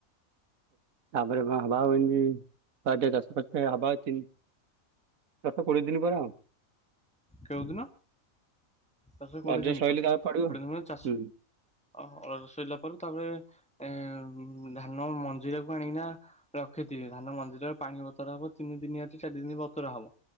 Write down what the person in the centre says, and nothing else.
କେଉଦିନ? ଦଶ କୋଡିଏ
ଦିନି
ପରେ କୋଡିଏ
ଦିନ ପରେ ଚାଷ
ଅ ସଇଲା ପରେ ତାପରେ ଏଁ ଉ ଧାନ ମଞ୍ଜିରାକୁ ଆଣିକିନା ରଖିଥିବେ ଧାନ ମଞ୍ଜିରେ ପାଣି ବତୁରା ହବ ତିନି ଦିନି ଅଛି ଚାରି ଦିନି ବତୁରା ହବ।